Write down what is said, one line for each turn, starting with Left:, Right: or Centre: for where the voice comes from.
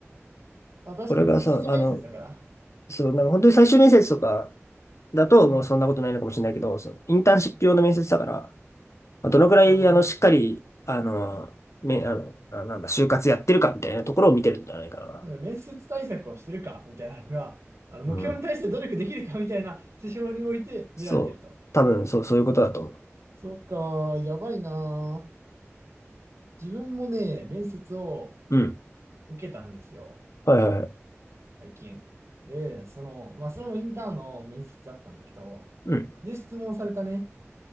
Right: まあ、確かに、
Left: これがさ、
Right: 一次面接だから。
Left: あの、そう、なんか本当に最終面接とかだと、
Right: うん。
Left: もうそんなことないのかもしれないけど、そのインターンシップ用の面接だから、まあどのくらい、
Right: そうだね。
Left: あの、しっかり、あの、め、あの、あなんだ、就活やってるかみたいなところを見てるんじゃないかな。
Right: 面接対策をしてるかみたいなのが、あの目標に対して努力できるかみたいな指標において見られていると。
Left: うんそう。多分、そう、そういうことだと思う。
Right: そっか、やばいな。自分もね、面接を
Left: うん。
Right: 受けたんですよ、
Left: はいはいはい。
Right: 最近。で、その、まあ、それもインターンの面接だったんだけど、
Left: うん。
Right: で、質問されたね。